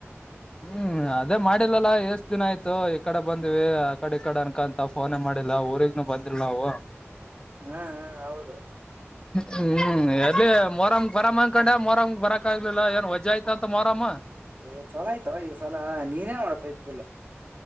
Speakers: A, on the left (about 20°); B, on the right (about 40°).
A: ಹ್ಮ್ ಅದೇ ಮಾಡಿಲ್ಲಲ್ಲ ಎಸ್ ದಿನ ಆಯ್ತು ಈ ಕಡೆ ಬಂದಿವಿ ಆ ಕಡಿ ಈ ಕಡಿ ಅನ್ಕಂತ. ಫೋನಹೆ ಮಾಡಿಲ್ಲ ಊರಿಗ್ನು ಬಂದಿಲ್ಲ ನಾವು.
B: ಹಾ ಹಾ ಹೌದು.
A: ಹ್ಮ್ ಎಲ್ಲಿ ಮೊರಂಗ್ ಬರಮ್ ಅನ್ಕೊಂಡ್ಯ ಮೊರಂ ಬರಕ್ ಆಗ್ಲಿಲ್ಲ ಏನ್ ವಜ್ಜಿ ಆಯ್ತ ಅಂತ ಮೊರಂ
B: ಏ ಚಲೋ ಆಯ್ತಾ ಈ ಸಲ ನೀನೇ ನೋಡಪ ಇದೀಲ್ಲ.